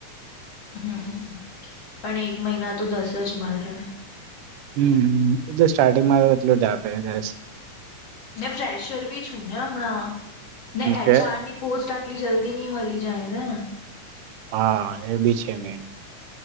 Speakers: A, on the left; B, on the right.
A: હમ, પણ એક મહિના તો દસ જ મળે.
B: હમ સ્ટાર્ટિંગમાં એટલું જ આપેસ.
A: ને ફ્રેશર બી છું ને હમણાં, ને એચ
B: કે
A: આર ની પોસ્ટ એટલી જલ્દી નહી મળી જાય ને.
B: હા એ બી છે મેન.